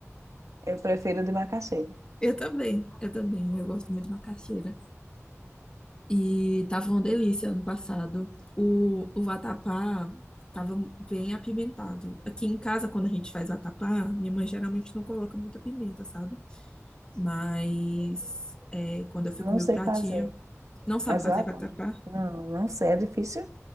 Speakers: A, on the right; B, on the left.
A: eu prefiro de macaxeira.
B: Eu também, eu também, eu gosto muito de macaxeira. E tava uma delícia ano passado. O, o vatapá tava bem apimentado. Aqui em casa, quando a gente faz vatapá, minha mãe geralmente não coloca muita pimenta, sabe? Mas é, quando eu fico
A: Eu não
B: meu
A: sei
B: pratinho,
A: fazer,
B: não sabe
A: mas
B: fazer
A: eu adoro.
B: vatapá?
A: Não, não sei, é difícil.